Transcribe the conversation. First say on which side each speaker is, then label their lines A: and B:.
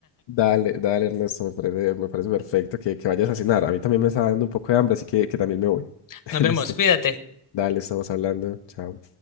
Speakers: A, on the left; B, on the left.
A: Dale, dale, Ernesto, me parece, me parece perfecto que, que vayas a cenar. A mí también me está dando un poco de hambre, así que, que también me voy.
B: <laughs>
A: <laughs>
B: Nos
A: Listo.
B: vemos, cuídate.
A: Dale, estamos hablando. Chao.